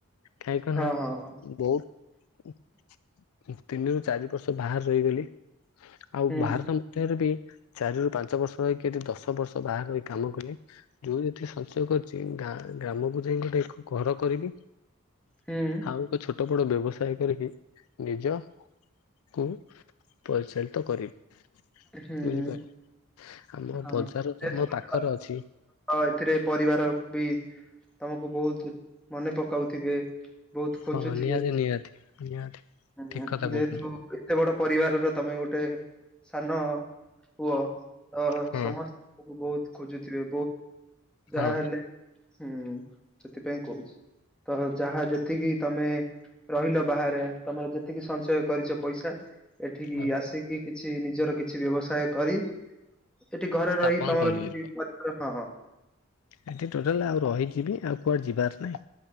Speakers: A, on the left (about 80°); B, in the centre.
A: କାଇହିଁକନା
B: ହଁ ହଁ
A: ବହୁତ ତିନିରୁ ଚାରି ବର୍ଷ ବାହାରେ ରହିଗଲି ଆଉ
B: ହୁଁ
A: ବାହାର ମଧ୍ୟରେ ବି। ଚାରିରୁ ପାଞ୍ଚ ବର୍ଷ ରହିକି ଏଠି ଦଶ ବର୍ଷ ବାହାରେ ରହିକି କାମ କଲି ଯୋଉ ଠି ସଞ୍ଚୟ କରିଛି ଗାଁ ଗ୍ରାମକୁ ଯାଇ ଗୋଟେ ଘର କରିବି।
B: ହୁଁ
A: ଆଉ ଏକ ଛୋଟ ବଡ଼ ବ୍ୟବସାୟ କରିକି ନିଜକୁ ପରିଚାଳିତ କରିବି।
B: ହୁଁ।
A: ବୁଝିପାରିଲେ ଆମ
B: ହଁ
A: ବଜାର ତ
B: <unintelligible>
A: ଆମ ପାଖରେ ଅଛି
B: ଏଥିରେ। ପରିବାର ବି ତମକୁ ବହୁତ୍ ମନେ ପକାଉଥିବେ। ବହୁତ ଖୋଜୁଥିବେ।
A: ହଁ ନିହାତି ନିହାତି ନିହାତି
B: ହୁଁ
A: ଠିକ କଥା କହୁଛନ୍ତି
B: ଯେହେତୁ ଏତେ ବଡ ପରିବାରର ତମେ ଗୋଟେ ସାନ ପୁଅ ଅ
A: ହଁ
B: ସମସ୍ତ ବହୁତ୍ ଖୋଜୁଥିବେ? ଯାହାହଲେ
A: ହଁ।
B: ହୁଁ ସେଥିପାଇଁ କହୁଛି। ତ ଯାହା ଯେତିକି ତମେ ରହିଲ ବାହାରେ ତମର ଯେତିକି ସଞ୍ଚୟ କରିଚ ପଇସା ଏଠିକି
A: ହଁ
B: ଆସିକି କିଛି ନିଜର କିଛି ବ୍ୟବସାୟ କରି ଏଠି ଘରେ
A: ସ୍ଥାପନ
B: ରହିକି ତମର
A: କରିବ।
B: କିଛି <unintelligible> ହଁ।
A: ଏଠି ଟୋଟାଲ୍ ଆଉ ରହିକିବି ଆଉ କୁଆଡେ ଯିବାର ନାହିଁ